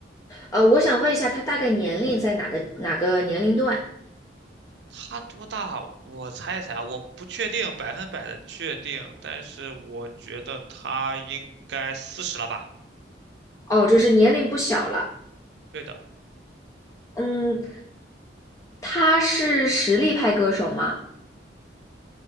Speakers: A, on the left; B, on the right.
A: 呃，我想问一下，她大概年龄在哪个哪个年龄段？
B: 他多大？我猜一猜啊，我不确定，百分百的确定，但是我觉得他应该四十了吧？
A: 哦，就是年龄不小了。
B: 对的，
A: 嗯，她是实力派歌手吗？